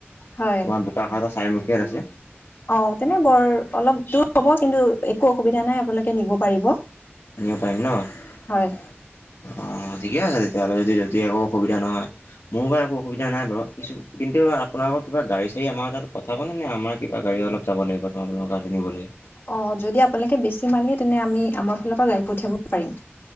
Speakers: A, on the left; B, on the left.
A: হয়।
B: তোমাৰ বোকাখাতৰ চাইমুখিয়াত আছে।
A: অ, তেনে বৰ অলপ দূৰ হব, কিন্তু একো অসুবিধা নাই আপোনালোকে নিব পাৰিব।
B: নিব পাৰিম ন' অ,
A: হয়
B: ঠিকে আছে তেতিয়াহ'লে যদি-যদি একো অসুবিধা নহয়। মোৰ বাৰু একো অসুবিধা নাই বাৰু, কিছু কিন্তু আপোনালোক কিবা গাড়ী-চাড়ী আমাৰতাত পথাবনে নে? আমাৰ কি গাড়ী অলপ যাব লাগিব তেওঁ আপোনালোকৰ গাড়ী নিবলে।
A: অ, যদি আপোনালোকে বেছি মালিয়ে তেন্তে আমি আমাৰ ফালৰ পৰা গাড়ী পঠিয়াব পাৰিম।